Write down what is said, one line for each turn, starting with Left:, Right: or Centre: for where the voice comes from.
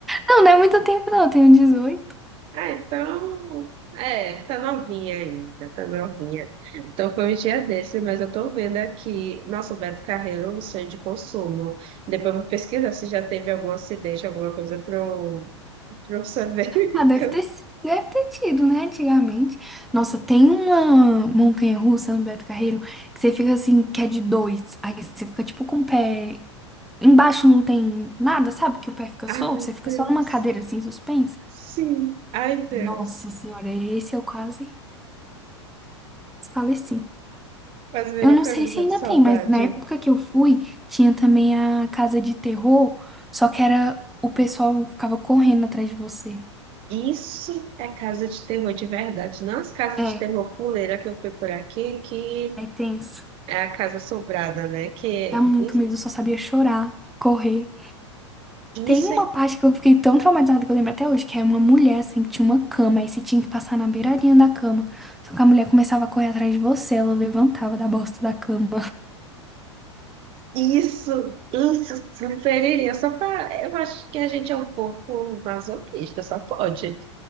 Centre: Não, não é muito tempo, não. Eu tenho dezoito
Right: Ah, então. É, tá novinha ainda, tá novinha. Então foi um dia desse, mas eu tô vendo aqui. Nossa, o Beto Carreiro, é um sonho de consumo. Depois eu vou pesquisar se já teve algum acidente, alguma coisa pra eu, pra eu saber.
Centre: Ah, deve
Right: <laughs>
Centre: ter, si- deve ter tido, né? Antigamente. Nossa, tem uma montanha-russa no Beto Carreiro que você fica assim, que é de dois. Aí você fica tipo com o pé. Embaixo não tem nada, sabe? Que o pé fica
Right: Ai,
Centre: solto,
Right: meu
Centre: você fica
Right: Deus.
Centre: só numa cadeira assim, suspensa.
Right: Sim, ai, Deus.
Centre: Nossa senhora, esse eu quase faleci.
Right: Quase virou
Centre: Eu não sei
Right: camisa
Centre: se ainda
Right: de
Centre: tem,
Right: saudade.
Centre: mas na época que eu fui, tinha também a casa de terror, só que era o pessoal ficava correndo atrás de você.
Right: Isso é casa de terror de verdade, não as casas
Centre: É,
Right: de terror fuleira que eu fui por aqui, que
Centre: é tenso.
Right: é a casa assombrada, né? Que
Centre: Dá muito
Right: é
Centre: medo, eu só sabia chorar, correr.
Right: isso
Centre: Tem uma
Right: é
Centre: parte que eu fiquei tão traumatizada que eu lembro até hoje, que é uma mulher, assim, que tinha uma cama, aí você tinha que passar na beiradinha da cama. Só que a mulher começava a correr atrás de você, ela levantava da bosta da cama.
Right: Isso, isso, superiria. Só pra, eu acho que a gente é um pouco masoquista, só pode.